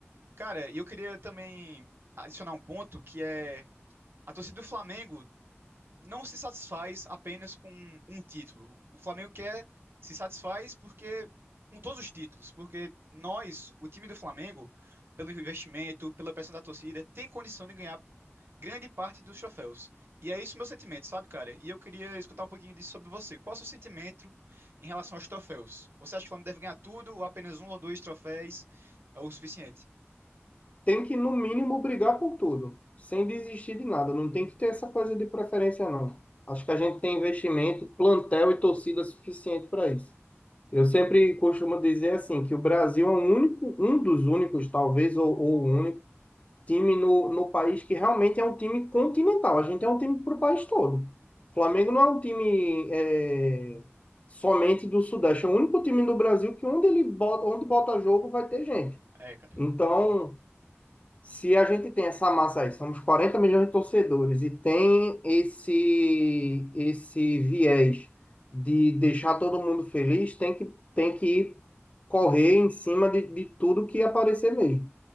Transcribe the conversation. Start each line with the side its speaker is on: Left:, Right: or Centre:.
Right: Cara, e eu queria também adicionar um ponto que é a torcida do Flamengo não se satisfaz apenas com um título. O Flamengo quer se satisfaz porque com todos os títulos, porque nós, o time do Flamengo, pelo investimento, pela pressão da torcida, tem condição de ganhar grande parte dos troféus. E é isso meu sentimento, sabe, cara? E eu queria escutar um pouquinho disso sobre você. Qual é o seu sentimento em relação aos troféus? Você acha que o Flamengo deve ganhar tudo ou apenas um ou dois troféus é o suficiente?
Left: Tem que, no mínimo, brigar por tudo, sem desistir de nada. Não tem que ter essa coisa de preferência, não. Acho que a gente tem investimento, plantel e torcida suficiente para isso. Eu sempre costumo dizer assim, que o Brasil é um único, um dos únicos, talvez, ou, ou o único time no, no país que realmente é um time continental. A gente é um time para o país todo. O Flamengo não é um time é, somente do Sudeste, é o único time do Brasil que onde ele bota, onde bota jogo vai ter gente.
Right: É, cara,
Left: Então,
Right: concordo.
Left: se a gente tem essa massa aí, somos 40 milhões de torcedores e tem esse esse viés de deixar todo mundo feliz, tem que, tem que correr em cima de, de tudo que aparecer mesmo.